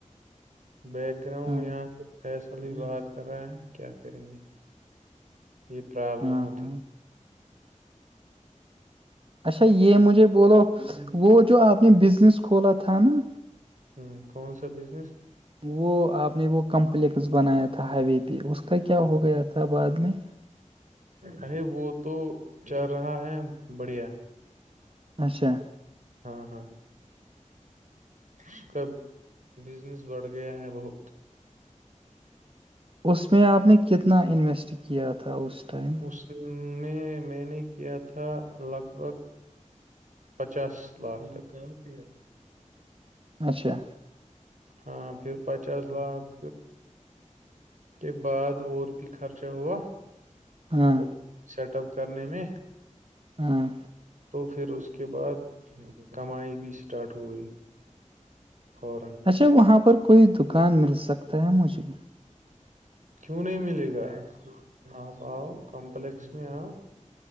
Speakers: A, on the right (about 75°); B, on the right (about 45°).
A: بیک گراؤنڈ
B: ہاں
A: یہاں فیصلی بات کر رہا ہے کیا کریں گے یہ پرابلم
B: ہاں
A: ہوتی
B: اچھا یہ مجھے بولو
A: ہ
B: وہ جو آپ نے بزنس کھولا تھا نا
A: ہوں کون سا بزنس
B: وہ آپ نے وہ کمپلیکس بنایا تھا ہوے پہ اس کا کیا
A: ہاں
B: ہو گیا تھا بعد میں
A: ارے وہ تو چل رہا ہے بڑھیا
B: اچھا
A: ہاں ہاں اس کا بزنس بڑھ گیا ہے بہت
B: اس میں آپ نے کتنا انویسٹ کیا تھا اس ٹائم
A: اس میں میں نے کیا تھا لگ بھگ پچاس لاکھاں پ
B: اچھا
A: ہاں پھر پچاس لاکھ کے بعد اور بھی خرچہ ہوا
B: ہاں
A: ا سیٹ اپ اپ کرنے میں
B: ہاں
A: تو پھر اس کے بعد کمائی بھی اسٹارٹ ہو گئی فورا
B: اچھا وہاں پر کوئی دکان مل سکتا ہے مجھے
A: کیوں نہیں ملے گا آپ آؤ کمپلیکس میں آؤ